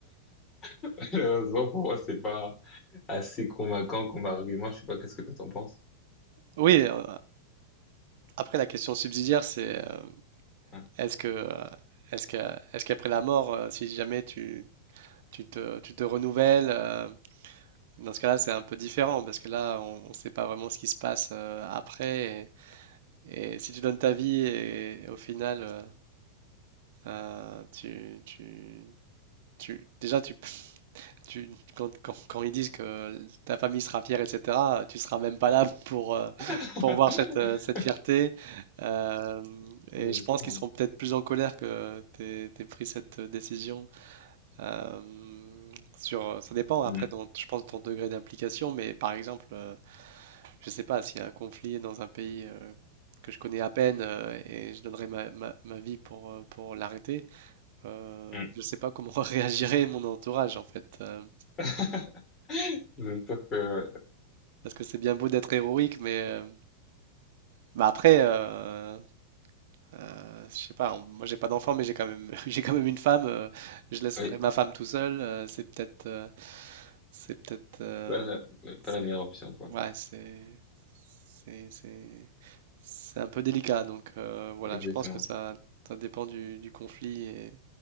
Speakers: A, on the left; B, on the right.
A: <laughs> malheureusement, pour moi, c'est pas assez convaincant comme argument. Je sais pas, qu'est-ce que toi t'en penses?
B: Oui, euh, après la question subsidiaire, c'est euh,
A: Ouais.
B: est-ce que euh, est-ce que est-ce qu'après la mort, euh, si jamais tu, tu te, tu te renouvelles, euh, dans ce cas-là, c'est un peu différent parce que là, on ne sait pas vraiment ce qui se passe euh, après. Et, et si tu donnes ta vie et, et au final, euh, euh, tu, tu, tu- déjà tu tu, quand, quand- quand ils disent que ta famille sera fière, etc., tu seras même pas là pour, euh, <laughs>
A: <laughs>
B: pour voir cette, euh, cette fierté. Euh, et
A: Exactement.
B: je pense qu'ils seront peut-être plus en colère que tu aies pris cette décision. Euh, sur, ça dépend après,
A: Mm,
B: ton- je pense, de ton degré d'implication, mais par exemple, euh, je sais pas, s'il y a un conflit dans un pays euh, que je connais à peine euh, et je donnerais ma, ma- ma vie pour, euh, pour l'arrêter, euh,
A: mm.
B: je sais pas comment <laughs> réagirait mon entourage en fait. Euh,
A: <laughs> C'est sûr que,
B: Parce que c'est bien beau d'être héroïque, mais euh, bah après, euh, euh, je sais pas, on- moi j'ai pas d'enfant, mais j'ai quand même, <laughs> j'ai quand même une femme. euh, je laisserai
A: ouais,
B: ma femme tout seul. euh, c'est peut-être, euh, c'est peut-être, euh,
A: pas la,
B: c'est,
A: pas la meilleure option, quoi.
B: ouais, c'est, c'est, c'est, c'est un peu délicat. Donc euh, voilà,
A: Exactement.
B: je pense que ça, ça dépend du, du conflit et,